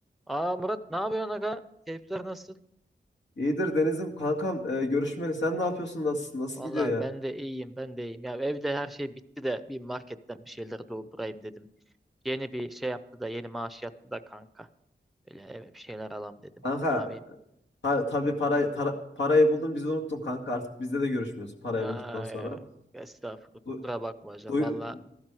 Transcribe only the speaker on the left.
İyidir Deniz'im kankam e, görüşmeli. Sen ne yapıyorsun? Nasılsın? Nasıl
gidiyor ya?
Kanka
ta, tabii parayı tara- parayı buldun bizi unuttun kanka artık bizde de görüşmüyorsun parayı
bulduktan sonra.
Du-
duy-